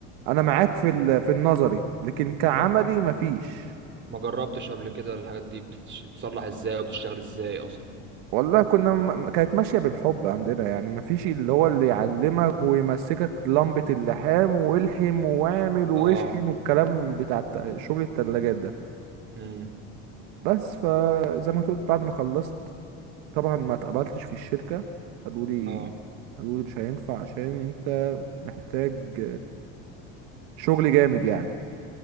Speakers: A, on the right (about 75°); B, on the right (about 35°).
A: انا معاك في ال- في النظري لكن كعملي مفيش
B: ما جربتش قبل كده الحاجات دي بتتش- بتتصلح ازاي وبتشتغل ازاي اصلا
A: والله كنا م- كانت ماشيه بالحب عندنا يعني مفيش اللي هو اللي يعلمك ويمسكك لمبه اللحام والحم واعمل واشحن
B: اه
A: والكلام بتاع الت- شغل التلاجات ده
B: امم
A: بس فزي ما تقول بعد ما خلصت طبعا ما اتقبلتش في الشركه قالوا لي
B: اه
A: قالوا لي مش هينفع عشان انت محتاج شغل جامد يعني